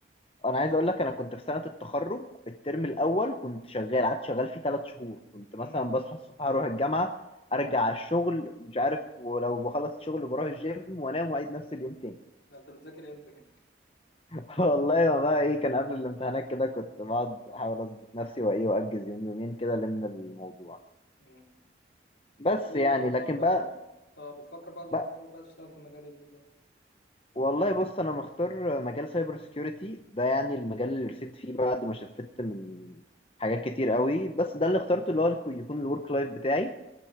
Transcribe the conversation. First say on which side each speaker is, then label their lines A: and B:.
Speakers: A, on the left; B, on the left.
A: انا عايز اقول لك انا كنت في سنه التخرج الترم الاول كنت شغال قعدت شغال فيه ثلاث شهور كنت مثلا
B: مم.
A: بصحى الصبح اروح الجامعه ارجع على الشغل مش عارف ولو بخلص الشغل بروح الجيم وانام واعيد نفس اليوم تاني
B: ده أنت بتذاكر إمتى كده؟
A: <laughs> والله ما بقى ايه كان قبل الامتحانات كده كنت بقعد احاول اظبط نفسي وايه واجز يوم يومين كده الم الموضوع
B: إمم.
A: بس
B: طب ايه
A: يعني
B: بقى بتفكر
A: لكن بقى
B: اه بتفكر بعد ما
A: بقى
B: تتخرج بقى تشتغل في مجال ايه بالظبط
A: والله بص انا مختار مجال سايبر سيكيورتي ده يعني المجال اللي رسيت فيه بعد ما شفت من حاجات كتير قوي بس ده اللي اخترته اللي هو يكون الورك لايف بتاعي